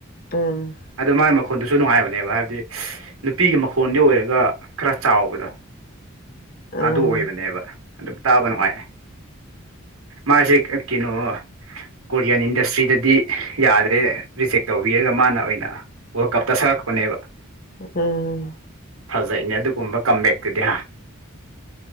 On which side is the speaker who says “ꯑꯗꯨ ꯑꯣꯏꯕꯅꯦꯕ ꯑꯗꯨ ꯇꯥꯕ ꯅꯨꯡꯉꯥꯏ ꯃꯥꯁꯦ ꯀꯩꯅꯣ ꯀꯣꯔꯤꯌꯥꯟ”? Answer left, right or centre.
Right